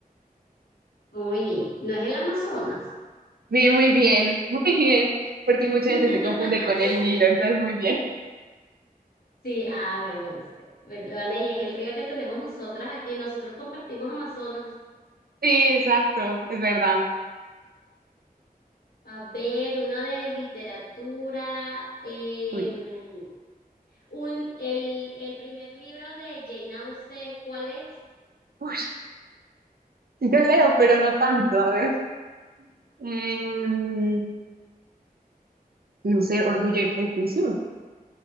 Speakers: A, on the left; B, on the right.
A: uy, ¿no es el Amazonas?
B: <laughs> Bien, muy bien, muy bien, porque
A: <laughs>
B: mucha gente se confunde con el Nilo, entonces muy bien.
A: Sí, ah, bueno, viste. Bueno, Lo gané y es el río que tenemos nosotras aquí. Nosotros compartimos Amazonas.
B: Sí, exacto, es verdad.
A: A ver, una de literatura. em,
B: Uy.
A: Un, el, el primer libro de Jane Austen, ¿cuál es?
B: Uy, <laughs> Yo leo, pero no tanto, a ver. em, no sé, orgullo y prejuicio.